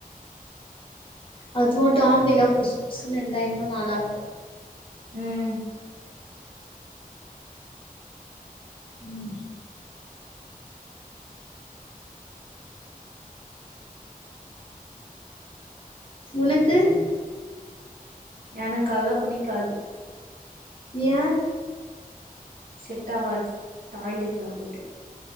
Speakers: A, on the left (about 35°); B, on the right (about 70°).
A: அதுவு டாக் இல்ல புஸ் புஸ்ன்னு இருந்தா இன்னு நல்லா இருக்கு
B: ம்
A: ம் உனக்கு
B: எனக்கு அதுல்லா புடிக்காது
A: ஏ
B: செட் ஆவாது டாய்லெட்லா போய்டு